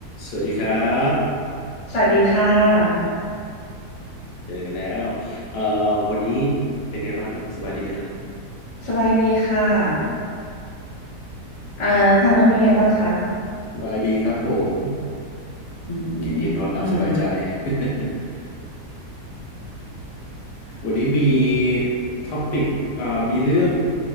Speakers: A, on the left; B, on the left.
A: สวัสดีครับ
B: สวัสดีค่ะ
A: เจอกันแล้วเอ่อวันนี้เป็นไงบ้าง สบายดีไหมฮะ
B: สบายดีค่ะอ่าทางนั้นเป็นไงบ้างคะ
A: สบายดีครับผม
B: อืมอืม
A: กินอิ่มนอนหลับสบายใจ <laughs> วันนี้มีท็อปิกอ่ามีเรื่อง